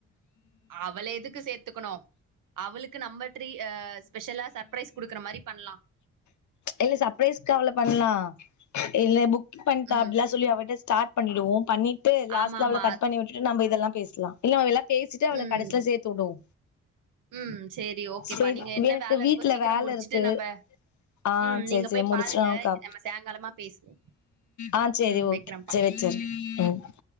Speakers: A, on the right; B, on the left.
A: அவள எதுக்கு சேத்துக்கணு அவளுக்கு நம்மட்ற்றி ஆ ஸ்பெஷலா சர்ப்ரைஸ் குடுக்குற மாரி பண்லா
B: இல்ல சர்ப்ரைஸ்க்கவ்ல பண்லா இல்ல புக் பண்ட்ட
A: ம்
B: அப்டிலா சொல்லி அவட்ட ஸ்டாட் பண்ணிடுவோ பண்ணிட்டு லாஸ்ல
A: ஆமா ஆமா
B: அவள கட் பண்ணி விட்டுட்டு நம்ம இதெல்லா பேஸ்லா இல்ல அவ் எல்லா பேசிட்டு அவள
A: ம்
B: கடசில சேத்து உடுவோ
A: ம் சேரி ஓகேப்பா
B: சேரீ
A: நீங்க என்ன
B: எனக்கு
A: வேல
B: வீட்ல
A: இருக்கோ சீக்கிரம்
B: வேலருக்கு
A: முடிச்சுட்டு நம்ப
B: ஆ
A: ம்
B: சேர்
A: நீங்க
B: சேரி
A: போய்
B: முடிச்ட்டோக்கா
A: பாருங்க நம்ம சாயங்காலமா பேசுவோ
B: ஆ சேரி
A: ம்
B: ஓகே
A: வெக்கிறம்ப்பா
B: சேரி சேரி ஒ